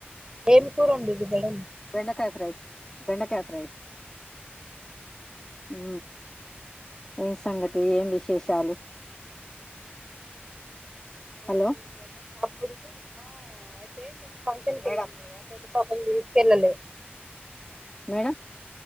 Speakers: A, on the right (about 20°); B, on the left (about 15°).
A: ఏం కూర వండీరు మేడమ్
B: బెండకాయ ఫ్రై బెండకాయ ఫ్రై ఉ ఏం సంగతి ఏం విశేషాలు
A: ఏముంది
B: హలో
A: ఏమి లేద అప్పుడు ఆ అయితే ఏమి ఫంక్షన్ కి
B: మేడం
A: వెళ్దాం కదా <unintelligible> పాపని తీసుకెళ్లాలే
B: మేడం